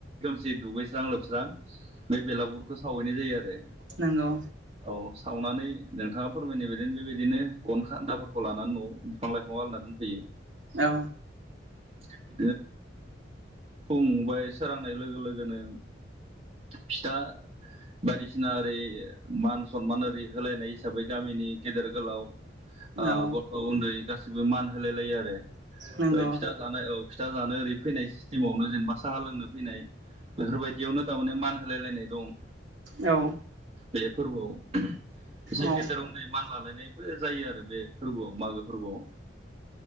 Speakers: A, on the right; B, on the right.
A: जि दुगैस्रां लोबस्रां बे बेलागुरखौ सावहैनाय जायो आरो
B: नंगौ
A: औ सावनानै नोंथाङा फोरमायनाय बा ओरनो बेबायदिनो अन खान्दाफोरखौ लानानै न'आव बिफां लाइफांआव आलायना दोनफैयो
B: औ
A: <inaudible> फुं एबा सोरांनाय लोगो लोगोनो फिथा बायदिसिना ओरै मान सनमान ओरै होलायनाय हिसाबै गामिनि गेदेर गोलाव ओ
B: औ
A: गथ' उन्दै गासि बो होलाय लायो आरो ओमफ्राय
B: नंगौ
A: फिथा जानो औ फिथा जानो ओरै फैनाय जोंनो साहा लोंनो फैनाय बेफोरबायदियावनो थारमाने मान होलायनाय दं
B: औ
A: बे फोरबोआव एसे
B: औ
A: गेदेर उन्दै मान लालायनायबो जायो आरो बे फोरबोआव मागो फोरबोआव